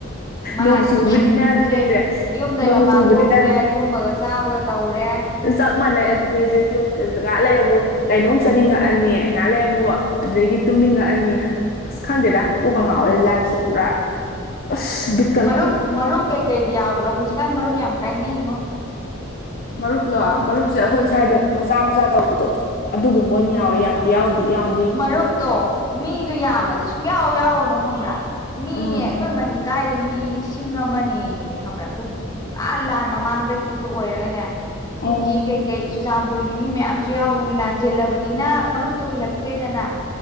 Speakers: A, on the left (about 20°); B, on the left (about 45°).
A: ꯃꯥꯅꯦ
B: ꯅꯣꯡ ꯆꯨꯕꯅꯤꯅ
A: ꯌꯨꯝꯗꯩ
B: ꯑꯗꯨꯅꯦ ꯑꯩꯁꯦ
A: ꯌꯨꯝꯗꯩ
B: ꯅꯣꯡ
A: ꯃꯄꯥꯟ
B: ꯆꯨꯕꯅꯤꯅ
A: ꯊꯣꯛꯇ꯭ꯔꯦ ꯇꯨꯝꯕꯒ ꯆꯥꯕꯒ ꯇꯧꯔꯦ
B: ꯆꯞ ꯃꯥꯟꯅꯩ ꯑꯗꯨꯅꯦꯖꯦ ꯌꯨꯝ <unintelligible> ꯉꯥꯛ ꯂꯩꯔ ꯑꯃꯨꯛ ꯀꯩꯅꯣꯝ ꯆꯠꯅꯤꯡꯉꯛꯑꯅꯤ ꯉꯥꯛ ꯂꯩꯔꯑꯃꯨꯛ ꯑꯗꯨꯗꯒꯤ
A: ꯎꯝ
B: ꯇꯨꯝꯅꯤꯡꯉꯛꯑꯅꯤ ꯑꯁ ꯈꯪꯗꯦꯗ ꯀꯣꯛꯀꯥ
A: ꯎꯝ
B: ꯉꯥꯎꯋꯦ ꯂꯥꯏꯐꯁꯦ ꯄꯨꯔꯥ ꯑꯁ ꯕꯤꯠ
A: ꯃꯔꯨꯞ ꯃꯔꯨꯞ ꯀꯩꯀꯩꯗꯤ ꯌꯥꯎꯕ꯭ꯔꯣ ꯍꯧꯖꯤꯛꯀꯥꯟ ꯃꯔꯨꯞ ꯌꯥꯝ ꯀꯥꯏꯅꯩꯉꯣ
B: ꯃꯔꯨꯞꯂꯣ ꯃꯔꯨꯞꯁꯦ ꯑꯈꯣꯏ ꯁ꯭ꯋꯥꯏꯗ
A: ꯎꯝ
B: ꯃꯆꯥ ꯃꯆꯥ ꯇꯧꯕꯗꯣ ꯑꯗꯨꯒꯨꯝꯕ ꯑꯣꯏꯅ
A: ꯎꯝ
B: ꯌꯥꯎꯋꯦ ꯌꯥꯝꯗꯤ ꯌꯥꯎ ꯌꯥꯝ
A: ꯃꯔꯨꯞꯇꯣ ꯃꯤꯗꯣ ꯌꯥꯝꯃꯗꯤ ꯁꯨꯡꯌꯥꯎ ꯌꯥꯎꯔꯨꯅꯨ ꯈꯪꯕ꯭ꯔꯥ ꯃꯤꯅꯦ
B: ꯎꯝ
A: ꯑꯈꯣꯏ ꯃꯅꯤꯡ ꯀꯥꯏꯗ ꯃꯤ ꯂꯤꯁꯤꯡ ꯑꯃꯅꯦꯌꯦ ꯈꯪꯕ꯭ꯔꯥ ꯈꯨ ꯑꯥ ꯂꯥꯟ ꯃꯃꯥꯡꯗꯒꯤꯁꯨ ꯑꯣꯏꯔꯒꯅꯦ ꯀꯨꯀꯤ
B: ꯎꯝ
A: ꯀꯩꯀꯩ ꯆꯨꯔꯆꯥꯟꯄꯨꯔꯒꯤ ꯃꯤ ꯃꯌꯥꯝꯖꯨ ꯌꯥꯎꯕꯒꯤ ꯂꯥꯟꯖꯦꯜꯂꯕꯅꯤꯅ ꯃꯔꯨꯞꯇꯣ ꯍꯨꯜꯂꯛ ꯇ꯭ꯔꯦꯗꯅ